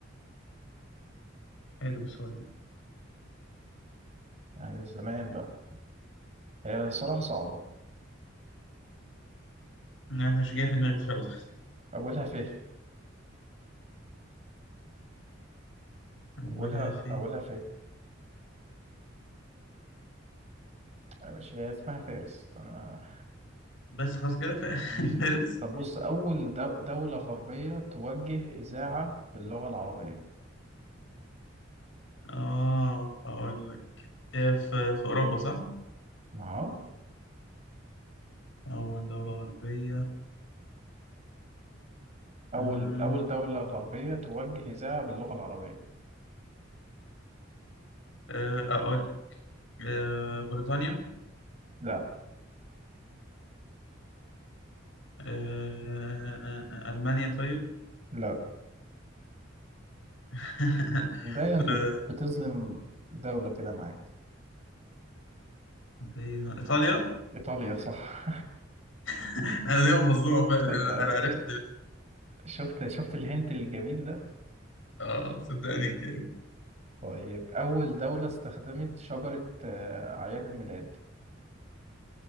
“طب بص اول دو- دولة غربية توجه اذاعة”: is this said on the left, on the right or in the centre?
Right